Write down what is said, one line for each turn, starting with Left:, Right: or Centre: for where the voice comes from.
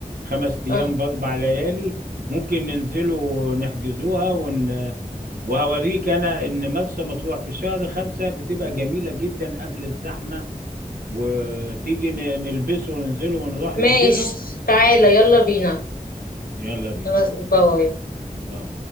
Right: خمس أيام
Left: اه
Right: بأربع ليالي ممكن ننزلوا نحجزوها ون... وهوريك أنا إن مرسى مطروح في شهر خمسة بتبقى جميلة جدا قبل الزحمة وتيجي ن- نلبسه وننزله ونروح نحجزه
Left: ماشي تعالى يلا بينا
Right: يلا بينا
Left: خلاص باي
Right: باي